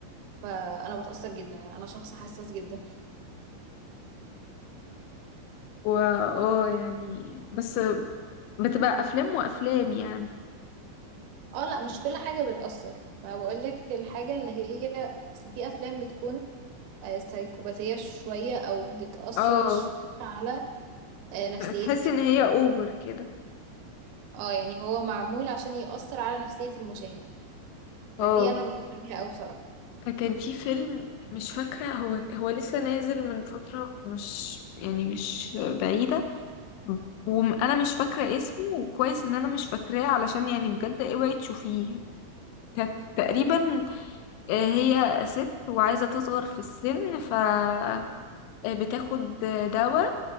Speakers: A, on the right; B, on the left.
A: فأنا بتأثر جدا يعني أنا شخص حساس جدا
B: و اه يعني بس بتبقى افلام وافلام يعني
A: اه لا مش كل حاجة بتأثر ما بقولك الحاجة اللي هي أصل في أفلام بتكون آه، سيكوباتية شوية أو بتأثر
B: اه
A: شوية على آه، نفسيتك
B: بتحسي
A: يعني
B: ان هي اوفر كده
A: اه يعني هو معمول عشان يأثر على نفسية المشاهد
B: اه
A: فدي أنا بتأثر بيها أوي بصراحة
B: كان في فيلم مش فاكرة هو هو لسه نازل من فترة مش يعني مش بعيدة وأنا مش فاكرة اسمه وكويس إن أنا مش فاكراه علشان يعني بجد اوعي تشوفيه كانت تقريبا آه، هي ست وعايزة تصغر في السن ف آه، بتاخد دواء